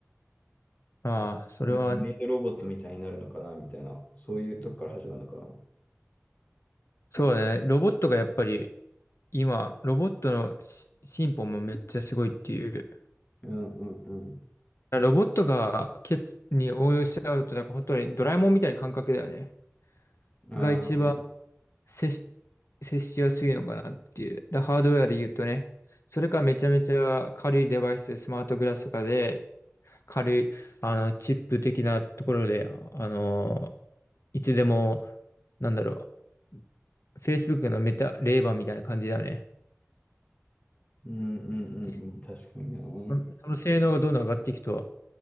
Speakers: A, on the left; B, on the left.
A: まあ、それは、
B: なんかメイドロボットみたいになるのかなみたいな。そういうとこから始まるのかな。
A: そうね、ロボットがやっぱり、今、ロボットのし進歩もめっちゃすごいっていう。
B: うんうんうん。
A: ロボットがけに応用しちゃうと、なんか本当にドラえもんみたいな感覚だよね。
B: ああ、
A: が一番
B: うん
A: 接し、接しやすいのかなっていう。だハードウェアで言うとね、それかめちゃめちゃ軽いデバイスで、スマートグラスとかで、軽い、あの、チップ的なところで、あの、いつでも、なんだろう、Facebook のメタ、レーバーみたいな感じだよね。
B: うんうんうん。
A: 実
B: 確かにな。う
A: そのその性能がどんどん上がっていくと、